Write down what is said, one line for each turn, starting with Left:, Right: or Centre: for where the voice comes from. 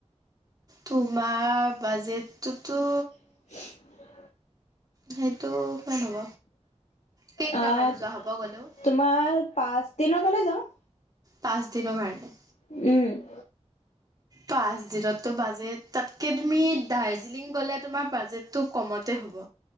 Right: তোমাৰ বাজেটতোতো
Left: হুমচ
Right: সেইটো কিমান হ'ব কেইদিনৰ
Left: আহ
Right: কাৰণে যোৱা হ'ব গ'লেও
Left: তোমাৰ পাঁচ দিনৰ কাৰণে যাও
Right: পাঁচ দিনৰ কাৰণে
Left: উম
Right: পাঁচ দিনতো বাজেট তাতকে তুমি দাৰ্জিলিং গ'লে তোমাৰ বাজেট তো কমতে হব